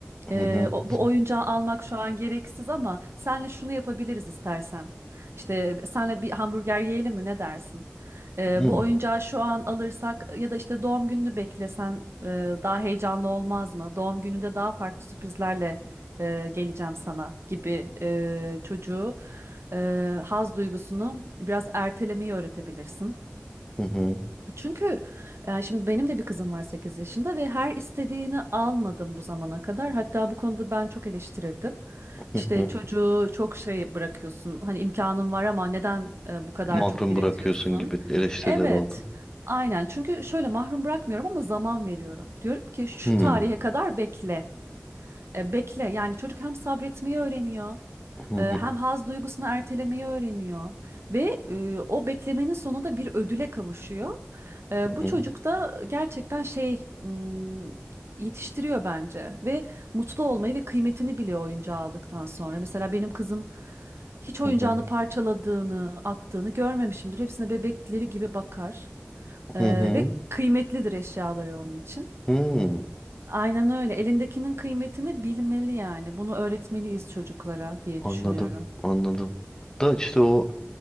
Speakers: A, on the right; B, on the left.
A: Ee,
B: hı hı,
A: o- bu oyuncağı almak şu an gereksiz ama senle şunu yapabiliriz istersen. İşte senle bir hamburger yiyelim mi ne dersin? Ee,
B: hı hı,
A: bu oyuncağı şu an alırsak ya da işte doğum gününü beklesen e, daha heyecanlı olmaz mı? Doğum gününde daha farklı sürprizlerle e, geleceğim sana gibi e, çocuğu e, haz duygusunu biraz ertelemeyi öğretebilirsin.
B: hı hı.
A: Çünkü yani şimdi benim de bir kızım var 8 yaşında ve her istediğini almadım bu zamana kadar. Hatta bu konuda ben çok eleştirildim.
B: hı
A: İşte
B: hı.
A: çocuğu çok şey bırakıyorsun. Hani imkanın var ama neden e, bu kadar
B: Mahrum
A: çok diretiyorsun?
B: bırakıyorsun gibi eleştiriler
A: Evet.
B: oldu.
A: Aynen. Çünkü şöyle mahrum bırakmıyorum ama zaman veriyorum. Diyorum ki şu
B: Hmm,
A: tarihe kadar bekle. E, bekle. Yani çocuk hem sabretmeyi öğreniyor.
B: hı hı,
A: E, hem haz duygusunu ertelemeyi öğreniyor ve e, o beklemenin sonunda bir ödüle kavuşuyor. E, bu
B: hı hı,
A: çocuk da gerçekten şey hmm, yetiştiriyor bence ve mutlu olmayı ve kıymetini biliyor oyuncağı aldıktan sonra. Mesela benim kızım hiç oyuncağını
B: hı hı,
A: parçaladığını, attığını görmemişimdir. Hepsine bebekleri gibi bakar E,
B: hı hı,
A: ve kıymetlidir eşyaları onun için.
B: hı.
A: Aynen öyle. Elindekinin kıymetini bilmeli yani. Bunu öğretmeliyiz çocuklara diye
B: Anladım,
A: düşünüyorum.
B: anladım. Da işte o